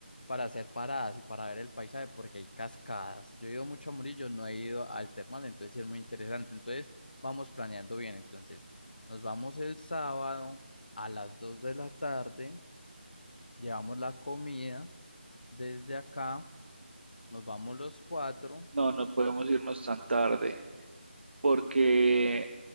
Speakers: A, on the left (about 50°); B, on the right (about 70°).
A: Para hacer paradas y para ver el paisaje, porque hay cascadas. Yo he ido mucho a Murillo, no he ido al termal, entonces sí es muy interesante. Entonces, vamos planeando bien. Entonces, nos vamos el sábado a las 2 de la tarde, llevamos la comida desde acá, nos vamos los cuatro.
B: No, no podemos irnos tan tarde porque